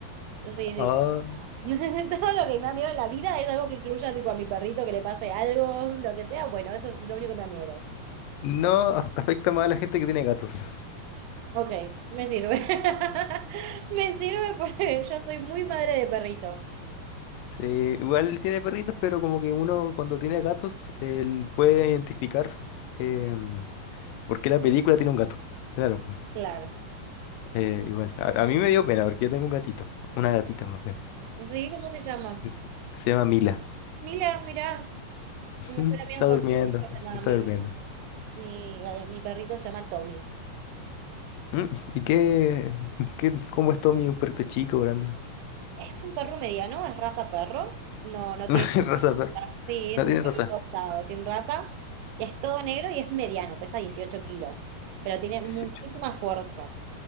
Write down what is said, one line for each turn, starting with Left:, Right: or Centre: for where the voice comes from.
Right: Sí, sí,
Left: Ah,
Right: sí. <laughs> Todo lo que me da miedo en la vida es algo que incluya tipo a mi perrito que le pase algo, lo que sea. Bueno, eso es lo único que me da miedo.
Left: No af- afecta más a la gente que tiene gatos.
Right: Ok, me sirve. <laughs> Me sirve porque yo soy muy madre de perrito.
Left: Sí, igual tiene perritos, pero como que uno cuando tiene gatos, él puede identificar em, por qué la película tiene un gato. Claro, pues,
Right: Claro.
Left: eh, igual. A, a mí me dio pena porque yo tengo un gatito, una gatita más bien.
Right: Sí, ¿cómo se llama?
Left: Es- Se llama Mila.
Right: Mila, mirá.
Left: <laughs>
Right: Me suena bien
Left: Está
Right: cuando
Left: durmiendo,
Right: se llama
Left: está
Right: Mila.
Left: durmiendo.
Right: Mi, eh, mi perrito se llama Tommy.
Left: Mm, ¿Y qué, <laughs> qué, cómo es todo mi perrito chico, grande?
Right: Es un perro mediano, es raza perro. No, no
Left: <laughs>
Right: tiene
Left: Raza de perro.
Right: raza. Sí, es
Left: No
Right: un
Left: tiene
Right: perro
Left: raza.
Right: cortado, sin raza. Y es todo negro y es mediano, pesa 18 kilos. Pero tiene
Left: Dieciocho,
Right: muchísima fuerza.